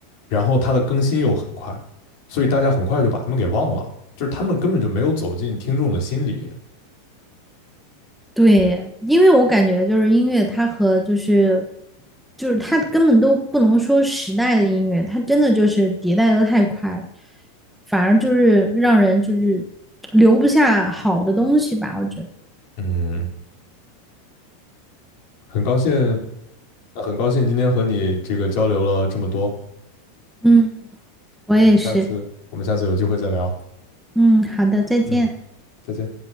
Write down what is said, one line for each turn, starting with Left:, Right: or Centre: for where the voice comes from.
Left: 然后它的更新又很快，所以大家很快就把他们给忘了，就是他们根本就没有走进听众的心里。
Centre: 对，因为我感觉就是音乐，它和就是就是它根本都不能说时代的音乐，它真的就是迭代的太快了，反而就是让人就是留不下好的东西吧，我觉得。
Left: 嗯，很高兴，那很高兴今天和你这个交流了这么多，
Centre: 嗯，我也是。
Left: 我们下次我们下次有机会再聊。
Centre: 嗯，好的，再见。
Left: 嗯，再见。